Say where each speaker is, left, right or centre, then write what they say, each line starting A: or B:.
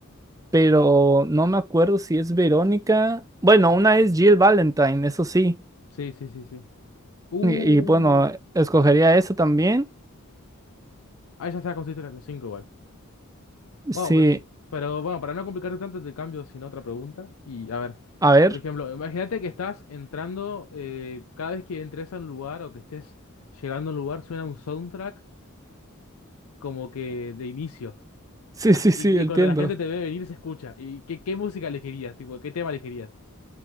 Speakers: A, on the right (about 15°); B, on the left (about 75°).
A: pero no me acuerdo si es Verónica. Bueno, una es Jill Valentine, eso sí.
B: Sí, sí, sí, sí. Uh.
A: Y, y bueno, escogería eso también.
B: Ahí ya está, consiste en los cinco igual.
A: Sí,
B: Bueno, pues sí. Pero bueno, para no complicarte tanto, te cambio sin otra pregunta. Y a ver,
A: a ver.
B: por ejemplo,
A: <laughs>
B: imagínate que estás entrando, eh, cada vez que entres a un lugar o que estés llegando a un lugar, suena un soundtrack como que de inicio.
A: Sí,
B: Así-
A: sí, sí,
B: y,
A: entiendo.
B: y cuando la gente te ve venir, se escucha. ¿Y qué, qué música elegirías? Tipo, ¿qué tema elegirías?